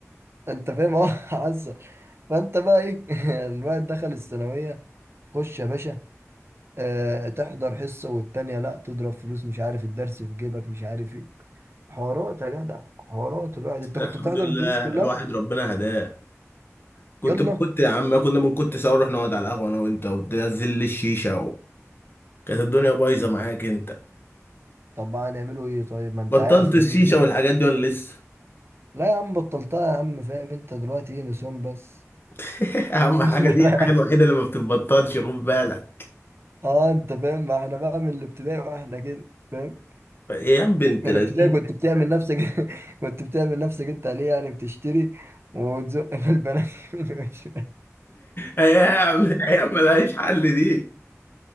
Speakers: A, on the right; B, on the left.
A: انت فاهم اه عزه فانت بقى ايه <laughs> الواحد دخل الثانويه خش يا باشا آه تحضر حصه والتانيه لا تضرب فلوس مش عارف الدرس في جيبك مش عارف ايه حوارات يا جدع حوارات الواحد
B: بس
A: انت كنت
B: الحمد
A: بتحضر
B: لله
A: الدروس كلها
B: الواحد ربنا هداه كنت
A: يلا
B: كنت يا عم كنا من كنت سوا نروح نقعد على القهوه انا وانت وتنزل لي الشيشه و... كانت الدنيا بايظه معاك انت
A: طب بقى هنعمله ايه طيب ما انت
B: بطلت
A: عارف
B: الشيشه
A: فاهمني
B: والحاجات دي ولا لسه
A: لا يا عم بطلتها يا عم فاهم انت دلوقتي ايه نسوان بس
B: <laughs> اهم
A: <laughs>
B: حاجه دي الحاجه الوحيده اللي ما بتتبطلش خد بالك
A: اه انت فاهم ما احنا بقى من الابتدائي واحنا كده فاهم
B: ايه يا عم بنت
A: من
B: لذينه
A: الابتدائي كنت بتعمل نفسك <laughs> كنت بتعمل نفسك انت عليه يعني بتشتري وتزق في البنات <laughs> من وش
B: ايام ايام ملهاش حل دي